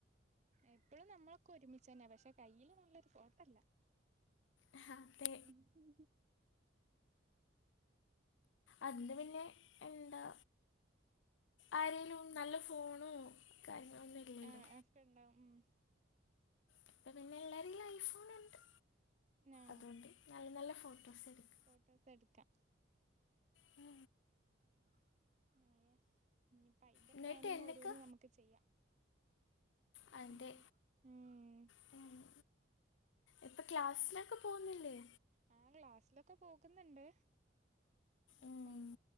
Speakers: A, on the right (about 35°); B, on the left (about 80°).
A: എപ്പഴും നമ്മളൊക്കെ ഒരുമിച്ച് ന്നെ പക്ഷെ കയ്യില് നല്ലൊരു ഫോട്ടല്ല
B: ആഹ് അതെ
A: ഉം
B: അന്ന് പിന്നെ എന്താ ആരെലും നല്ല ഫോണോ കാര്യങ്ങളൊന്നും ഇല്ലല്ലോ
A: ആഹ് ആഹ് അകെ ഇണ്ടാവും ഉം
B: അപ്പ പിന്നെ എല്ലാരിലും ഐഫോണ് ഇണ്ട്,
A: ആ
B: അതുകൊണ്ട് നല്ല നല്ല ഫോട്ടോസ് എടുക്
A: ഫോട്ടോസ് എടുക്കാം.
B: മ്
A: <unintelligible> ഇനിയിപ്പ അയിന്റെ
B: എന്നിട്ട്
A: പ്ലാനിങ്
B: എന്തൊക്കെ
A: ഓരോന്ന് നമുക്ക് ചെയ്യാം.
B: അതിന്റെ
A: ഉം ഉം
B: മ് മ് മ് ഇപ്പ ക്ലാസ്സിലൊക്കെ പോകുന്നില്ലേ?
A: ആഹ് ക്ലാസിലൊക്കെ പോകുന്നുണ്ട്,
B: ഉം.
A: ഇപ്പം